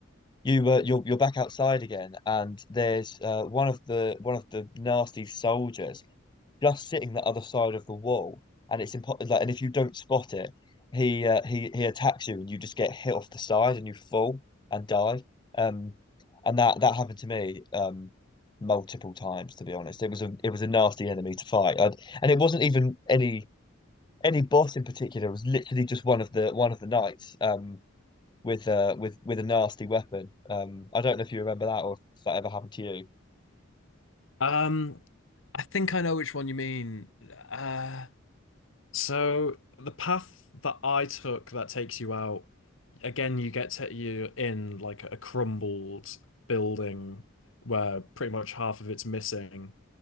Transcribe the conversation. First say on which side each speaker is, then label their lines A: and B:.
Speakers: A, on the left; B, on the left.
A: you were you're you're back outside again, and there's uh, one of the one of the nasty soldiers just sitting the other side of the wall, and it's impossible. Like, and if you don't spot it, he uh, he he attacks you, and you just get hit off the side, and you fall and die. Um, and that that happened to me um multiple times, to be honest. It was a it was a nasty enemy to fight, i and it wasn't even any any boss in particular. It was literally just one of the one of the knights. Um, with uh with with a nasty weapon. Um, I don't know if you remember that or if that ever happened to you. <laughs>
B: Um, I think I know which one you mean. Uh, so the path that I took that takes you out, again, you get to you in like a crumbled building where pretty much half of it's missing.